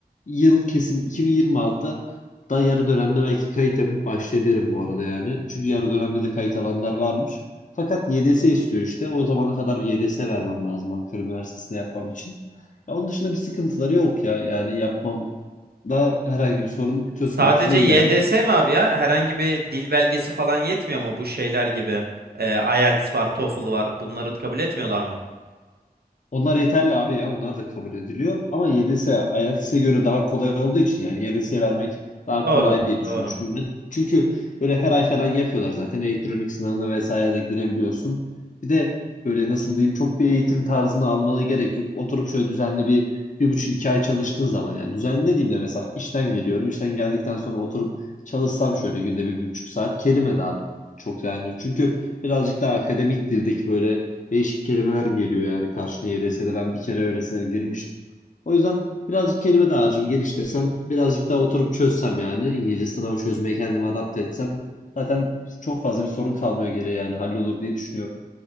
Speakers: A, on the left (about 50°); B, on the right (about 75°).
A: yıl kesin 2026'da da yarı dönemde belki kayıt yapıp başlayabilirim bu arada yani. Çünkü yarı dönemde de kayıt alanlar varmış. Fakat YDS istiyor işte. O zamana kadar bir YDS vermem lazım Ankara Üniversitesi'nde yapmam için. Ya onun dışında bir sıkıntıları yok ya. Yani yapmam da herhangi bir sorun söz
B: Sadece
A: konusu değil
B: YDS
A: yani.
B: mi abi ya? Herhangi bir dil belgesi falan yetmiyor mu bu şeyler gibi? Ee, IELTS var, TOEFL var. Bunları kabul etmiyorlar mı?
A: Onlar yeterli abi ya. Onlar da kabul ediliyor. Ama YDS IELTS'e göre daha kolay olduğu için yani YDS'ye vermek daha
B: Doğru,
A: kolay diye düşünmüştüm
B: doğru.
A: ben. Çünkü böyle her ay falan yapıyorlar zaten. Elektronik sınavına vesaire de girebiliyorsun. Bir de böyle nasıl diyeyim çok bir eğitim tarzını almana gerek yok. Oturup şöyle düzenli bir bir buçuk iki ay çalıştığın zaman yani düzenli dediğimde mesela işten geliyorum. İşten geldikten sonra oturup çalışsam şöyle günde bir, bir buçuk saat kelime daha çok yani. Çünkü birazcık daha akademik dildeki böyle değişik kelimeler geliyor yani karşına YDS'de ben bir kere öylesine girmiştim. O yüzden birazcık kelime dağarcığımı geliştirsem, birazcık daha oturup çözsem yani İngilizce sınav çözmeye kendimi adapte etsem zaten çok fazla bir sorun kalmıyor geriye yani hallolur diye düşünüyorum.